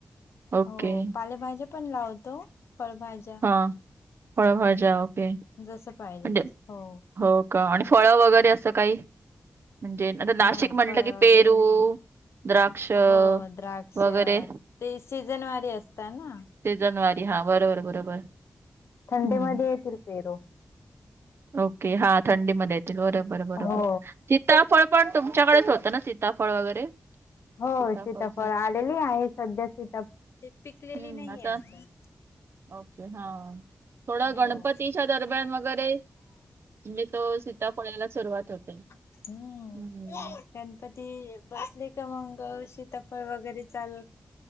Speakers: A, on the right; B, on the left.
A: ओके
B: हो पालेभाजी पण लावतो. फळभाजी
A: हा, फळभाजा ओके.
B: जस पाहिजे
A: म्हणजे
B: तस. हो.
A: हो का? आणि फळं वगैरे असं काही? म्हणजे आता नाशिक
B: नाही
A: म्हटलं
B: फळ
A: की
B: वगैरे
A: पेरू,
B: नाही
A: द्राक्ष
B: हो द्राक्ष.
A: वगैरे
B: ते सीजनवारी असत ना.
A: सीजनवारी हा बरोबर बरोबर.
B: थंडेमध्ये
A: हं,
B: येतील पेरो.
A: ओके. हा थंडीमध्ये येतील बरोबर बरोबर.
B: हो
A: शिताफळ पण तुमच्याकडेच होतं ना, सीताफळ वगैरे?
B: हो
A: सीताफळचं
B: सीताफळ आलेली आहे. सध्या सीताफ ते पिकलेली
A: हं,
B: नाहीेये
A: आता
B: अजून.
A: ओके हा. थोडं
B: हो
A: गणपतीच्या दरम्यान वगैरे, म्हणजे तो सीताफोळ यायला सुरुवात होते.
B: ह.
A: हं,
B: गणपती बसले का. मंग शीतफळ वगैरे चाल